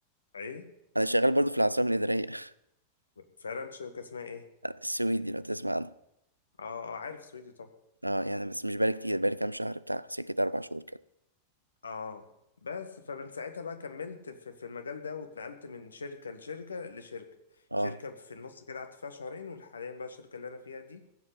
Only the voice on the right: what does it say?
انا شغال برضه في العاصمه الاداريه <laughs>
السويدي لو تسمع عنها
اه يعني بس مش بقالي كتير بقالي كام شهر بتاع سكه اربع شهور كده
اه